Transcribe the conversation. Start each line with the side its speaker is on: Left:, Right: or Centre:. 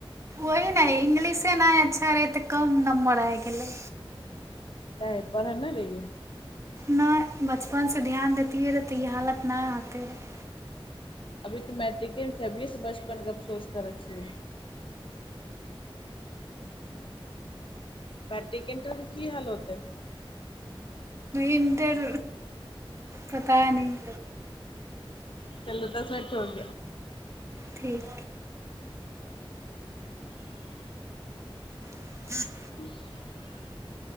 Right: ओही नहि इंग्लिशे नहि अच्छा रहै तऽ कम नम्बर आय गेलै
Left: आ एपना रै
Right: नहि बचपनसँ ध्यान देैतियै रहए तऽ ई हालत नहि होतै रहए
Left: अभी तऽ मैट्रिके छै अभियए से बचपन क अफसोस करै छियै बैट्ररी कन्टर के की हाल होतै
Right: इंटर पता न
Left: चलू दस मठ होग
Right: ठीक
Left: ह
Right: ह
Left: <unintelligible>